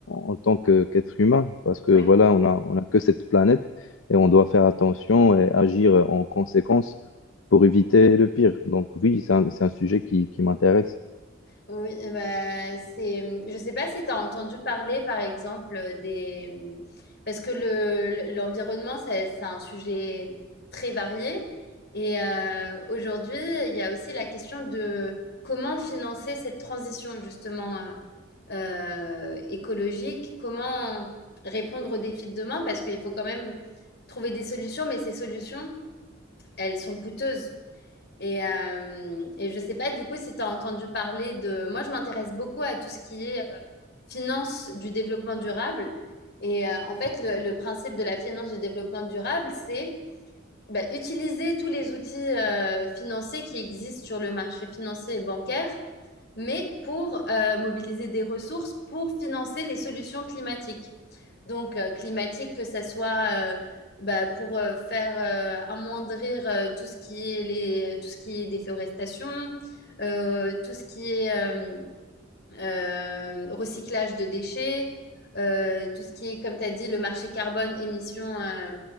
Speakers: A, on the left; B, on the left.
A: en tant que, qu'être humain, parce que
B: Oui.
A: voilà, on a, on a que cette planète et on doit faire attention et agir en conséquence pour éviter le pire. Donc oui, c'est un, c'est un sujet qui, qui m'intéresse.
B: Oui, eh ben, c'est, mm, je sais pas si tu as entendu parler, par exemple, des... mm, Parce que le, l'environnement, c'est, c'est un sujet très varié. Et euh, aujourd'hui, il y a aussi la question de comment financer cette transition, justement. euh, euh, écologique, comment répondre aux défis de demain, parce qu'il faut quand même trouver des solutions, mais ces solutions, elles sont coûteuses. Et, euh, et je ne sais pas du coup si tu as entendu parler de... Moi, je m'intéresse beaucoup à tout ce qui est euh, finance du développement durable. Et euh, en fait, le, le principe de la finance du développement durable, c'est bah, utiliser tous les outils euh, financiers qui existent sur le marché financier et bancaire mais pour euh, mobiliser des ressources pour financer les solutions climatiques. Donc, euh, climatique, que ça soit euh, bah, pour euh, faire euh, amoindrir euh, tout ce qui est les, tout ce qui est déforestation, euh, tout ce qui est euh, euh, recyclage de déchets, euh, tout ce qui est, comme tu as dit, le marché carbone, émissions euh,